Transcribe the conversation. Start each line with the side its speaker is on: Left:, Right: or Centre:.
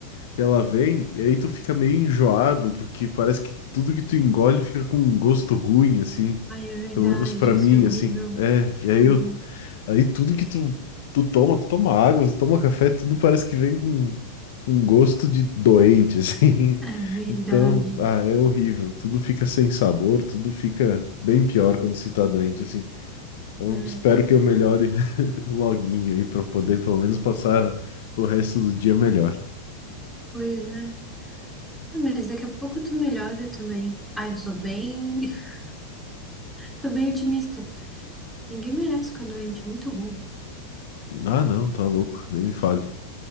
Left: que ela vem e aí tu fica meio enjoado, porque parece que tudo que tu engole fica com um gosto ruim, assim.
Centre: Ai, é verdade,
Left: Pelo menos pra
Centre: isso
Left: mim,
Centre: é horrível.
Left: assim. É, e aí
Centre: Uhum.
Left: eu, aí tudo que tu, tu toma, tu toma água, tu toma café, tudo parece que vem com, com gosto de doente, <laughs> assim.
Centre: É verdade.
Left: Então, ah, é horrível. Tudo fica sem sabor, tudo fica bem pior quando se tá doente, assim. Então,
Centre: É,
Left: espero que eu melhore <laughs> loguinho aí pra poder pelo menos passar o resto do dia melhor.
Centre: pois é. Ah, mas daqui a pouco tu melhora também. Ah, eu sou bem. <laughs> Tô bem otimista. Ninguém merece ficar doente, é muito ruim.
Left: Ah, não, tá louco, nem me fale.